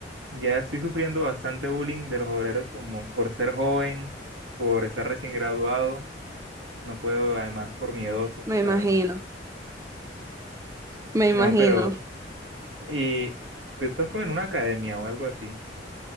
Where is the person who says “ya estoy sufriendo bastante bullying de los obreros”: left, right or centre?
Right